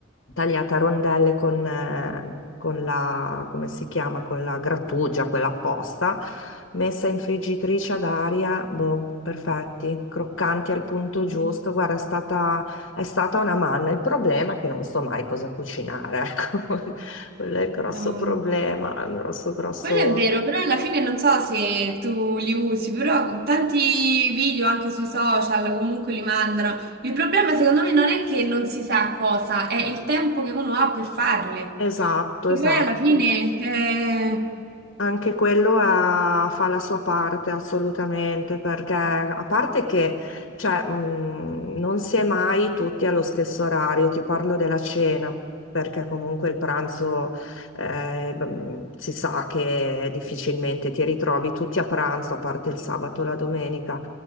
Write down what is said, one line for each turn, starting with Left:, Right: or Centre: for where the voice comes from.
Left: tagliata a rondelle con, eh, con la, come si chiama, con la grattugia, quella apposta, messa in friggitrice ad aria, boh, perfetti, croccanti al punto giusto.
Right: Sì.
Left: Guarda, è stata, è stata una manna. Il problema è che non so mai cosa cucinare, ecco. <laughs> Quello è il grosso
Right: Um,
Left: problema, il grosso, grosso...
Right: Quello è vero, però alla fine non so se tu li usi, però tanti video anche sui social comunque li mandano. Il problema secondo me non è che non si sa cosa, è il tempo che uno ha per farle.
Left: Esatto,
Right: E
Left: esatto.
Right: poi alla fine eh,
Left: Anche quello ha- fa la sua parte assolutamente, perché a parte che cioè, mh, non si è mai tutti allo stesso orario, ti parlo della cena, perché comunque il pranzo eh, mh, si sa che difficilmente ti ritrovi tutti a pranzo, a parte il sabato e la domenica,